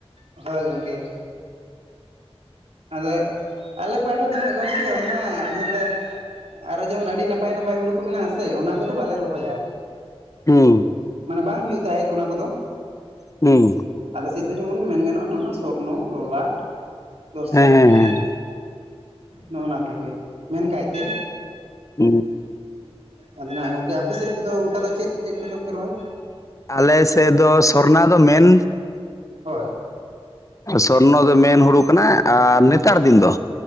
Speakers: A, on the right; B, on the left.
A: ᱦᱳᱭ ᱜᱚᱢᱠᱮ᱾ ᱟᱫᱚ ᱟᱞᱮ ᱯᱟᱦᱟᱴᱟ ᱫᱚ ᱦᱟᱸᱜ ᱜᱚᱢᱠᱮ ᱢᱟ ᱚᱸᱰᱮ ᱟᱨᱚ ᱡᱮᱢᱚᱱ ᱟᱹᱰᱤ ᱱᱟᱯᱟᱭ ᱱᱟᱯᱟᱭ ᱦᱩᱲᱩ ᱠᱚ ᱢᱮᱱᱟᱜᱼᱟᱥᱮ ᱚᱱᱟ ᱠᱚᱫᱚ ᱵᱟᱞᱮ ᱨᱚᱦᱚᱭᱟ᱾
B: ᱦᱩᱸ᱾
A: ᱢᱟᱱᱮ ᱵᱟᱝ ᱦᱩᱭᱩᱜ ᱛᱟᱦᱮᱸᱫ ᱚᱱᱟ ᱠᱚᱫᱚ᱾
B: ᱦᱩᱸ᱾
A: ᱟᱞᱮᱥᱮᱫ ᱫᱚ ᱡᱮᱢᱚᱱ ᱢᱮᱱ ᱜᱟᱱᱚᱜᱼᱟ ᱱᱚᱣᱟ ᱥᱚᱨᱚᱨᱱᱚ ᱞᱚᱞᱟᱴ ᱫᱚᱥ
B: ᱦᱮᱸ
A: ᱪᱷᱟᱵᱵᱤᱥ
B: ᱦᱮᱸ ᱦᱮᱸ
A: ᱱᱚᱸᱜᱱᱟ ᱠᱚᱜᱮ ᱢᱮᱱᱠᱟᱭ ᱛᱮ᱾
B: ᱦᱩᱸ᱾
A: ᱟᱫᱚ ᱱᱟᱦᱟᱸᱜ ᱜᱚᱝᱠᱮ ᱟᱯᱮ ᱥᱮᱫ ᱛᱮᱫᱚ ᱚᱱᱠᱟ ᱫᱚ ᱪᱮᱫ ᱪᱮᱫ ᱠᱚᱪᱚ ᱯᱮ ᱨᱚᱦᱚᱭ?
B: ᱟᱞᱮ ᱥᱮᱫ ᱫᱚ ᱥᱚᱨᱱᱟ ᱫᱚ ᱢᱮᱱ
A: ᱦᱳᱭ᱾
B: ᱥᱚᱨᱱᱚ ᱫᱚ ᱢᱮᱱ ᱦᱩᱲᱩ ᱠᱟᱱᱟ ᱟᱻ ᱱᱮᱛᱟᱨ ᱫᱤᱱ ᱫᱚ᱾